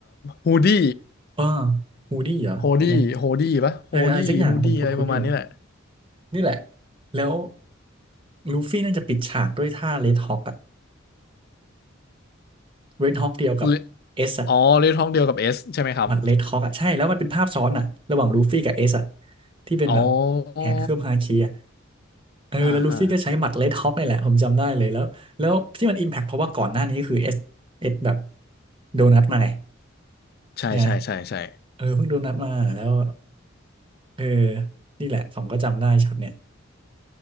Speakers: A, on the left (about 50°); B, on the right (about 25°).
A: ฮูดี้
B: เออฮูดี้เหรอใช่ไหม
A: โฮดี้โฮดี้ปะโฮดี้ฮูดี้อะไรประมาณนี้แหละ
B: เอออะไรสักอย่างผมคุ้นๆอยู่นี่แหละแล้วลูฟี่น่าจะปิดฉากด้วยท่าเรดฮอ k อะเรดฮอ k เดียวกับเอสอะ
A: เลออ๋อเรื่องท้องเดียวกับเอสใช่ไหมครับ
B: หมัดเรดฮอกอ่ะใช่แล้วมันเป็นภาพซ้อนอ่ะระหว่างลูฟี่กับเอสอ่ะที่เป็นแบบ
A: อ๋อ
B: แขนเคลือบฮาคิอ่ะเออแล้วลูฟี่ก็ใช้หมัดเรดฮอกนี่แหละผมจำได้เลยแล้วแล้วที่มันอิมแพคเพราะว่าก่อนหน้านี้คือเอสเอสแบบ
A: อ่าอ่า
B: โดนัทมาไง
A: ใช่ใช่ใช่ใช่
B: ใช่ไหมเออเพิ่งโดนัทมาแล้วเออนี่แหละผมก็จำได้ช็อตเนี่ย